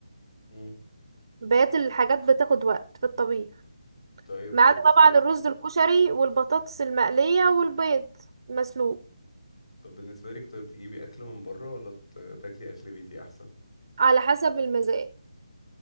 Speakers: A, on the left; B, on the right.
A: امم
B: بقيت الحاجات بتاخد وقت في الطبيخ
A: طيب
B: ما
A: بالنسبه
B: عدا طبعا الرز
A: لك
B: الكشري والبطاطس المقليه والبيض مسلوق
A: طب بالنسبه لك طيب تجيبي اكل من بره ولا ت- تاكلي اكل بيتي احسن
B: على حسب المزاج